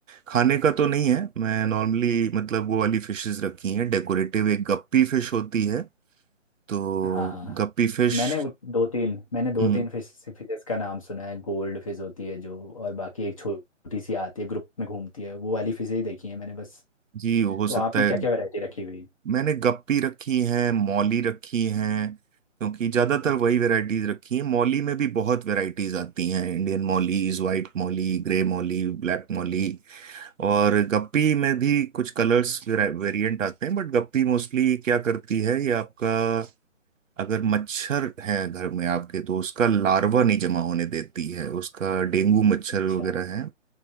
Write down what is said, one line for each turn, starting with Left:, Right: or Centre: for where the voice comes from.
Right: खाने का तो नहीं है मैं नॉर्मली मतलब वो वाली फिशेस रखी हैं डेकोरेटिव एक गप्पी फिश होती है तो
Left: हाँ हाँ
Right: गप्पी फिश
Left: मैंने वो दो तीन मैंने दो
Right: हम्म
Left: तीन फिश फिशेस का नाम सुना है गोल्ड फिश होती है जो और बाकी एक छोटी सी आती है ग्रुप में घूमती है वो वाली फिशेज देखी है मैंने बस
Right: जी हो
Left: तो
Right: सकता
Left: आपने
Right: है
Left: क्या क्या वैरायटी रखी हुई है?
Right: मैंने गप्पी रखी हैं मौली रखी हैं क्योंकि ज्यादातर वही वैरायटीज रखी हैं मौली में भी बहुत वैरायटीज आती हैं Indian mollies white molly grey molly black molly और गप्पी में भी कुछ कलर्स वेरिएंट आते हैं बट गप्पी मोस्टली क्या करती है ये आपका अगर मच्छर है घर में आपके तो उसका लार्वा नहीं जमा होने देती है उसका डेंगू मच्छर
Left: अच्छा
Right: वगैरह है